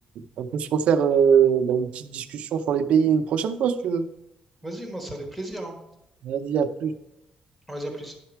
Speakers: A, on the right; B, in the centre.
A: on peut se refaire euh, bah, une petite discussion sur les pays une prochaine fois, si tu veux.
B: Vas-y, moi, c'est avec plaisir. hein.
A: Vas-y, à plus.
B: Vas-y, à plus.